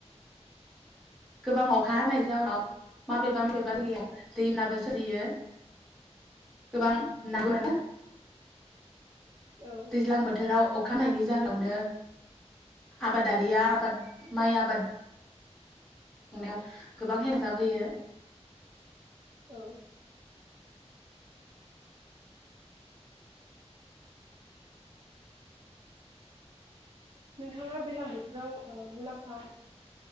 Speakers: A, in the centre; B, on the right.
A: गोबां अखा हानाय जााहउनाव माबेबा माबेबायाव दैनाबो सोरजियो गोबां ना मोनो।
B: औ
A: दैज्लां बोथोराव अखानायनायनि जाहावनो आबादारिया आबाद माइ आबाद संनायाव गोबां हेफाजाब होयो।
B: औ। नोंथाङा दैजलां बोथोराव मुलाम्फा